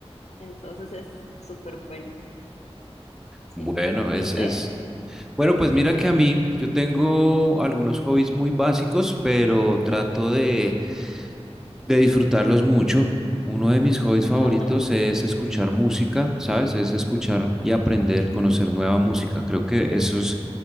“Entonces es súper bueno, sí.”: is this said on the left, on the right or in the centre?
Left